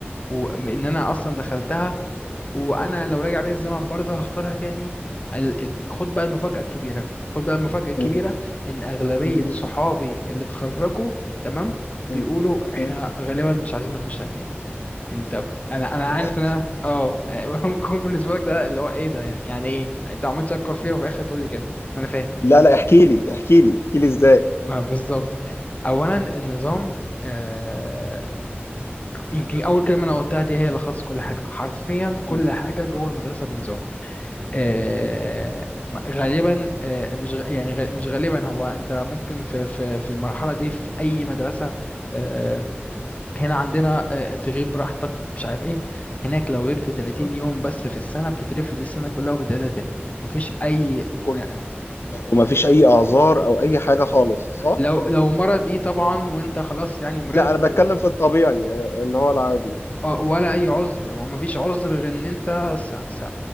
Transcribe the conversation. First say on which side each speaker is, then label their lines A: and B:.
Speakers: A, on the left; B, on the left.
A: وإن أنا أصلا دخلتها وانا لو راجع بيا الزمن برضه هختارها تاني ال- خد بقى المفاجأة الكبيرة خد بقى المفاجأة الكبيرة
B: مم.
A: ان اغلبية
B: اديني
A: صحابي اللي اتخرجوا تمام
B: مم.
A: بيقولوا احنا
B: مم.
A: غالبا مش عايزين نخشها تاني انت انا انا
B: بجد
A: عارف ان انا اه <laughs> ممكن بالنسبة لك ده اللي هو ايه ده يعني, يعني ايه انت عمال تشكر فيها وفي الاخر تقول لي كده انا فاهم
B: لا لا احكي لي احكي لي احكي لي ازاي
A: ما بالظبط اولا النظام آه يمكن اول كلمة انا قلتها دي هي لخص كل حاجة حرفيا كل
B: مم.
A: حاجة جوه المدرسة بنظام آه،
B: مم.
A: غالبا آه، مش غ- يعني غ- مش غالبا هو انت ممكن في في في المرحله دي في اي مدرسه آه، هنا عندنا آه، تغيب براحتك مش عارف ايه هناك لو غبت 30
B: ايوه
A: يوم بس في السنه بتترفد السنه كلها وبتعيدها تاني مفيش اي
B: كل
A: آه، آه،
B: ما وما فيش اي اعذار او اي حاجه خالص صح
A: لو لو مرض دي طبعا وانت خلاص يعني مرضت
B: لا انا بتكلم في الطبيعي آه، اللي هو العادي
A: آه، ولا اي عذر ما فيش عذر غير ان انت س... س...